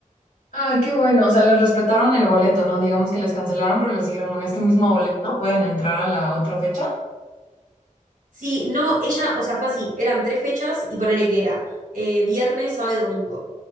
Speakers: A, on the left; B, on the right.
A: Ay, qué bueno. O sea, les respetaron el boleto, ¿no? Digamos que les cancelaron, pero les dijeron con este mismo boleto pueden entrar a la otra fecha.
B: Sí, no, ella, o sea, fue así, eran tres fechas y ponele que era eh, viernes, sábado y domingo.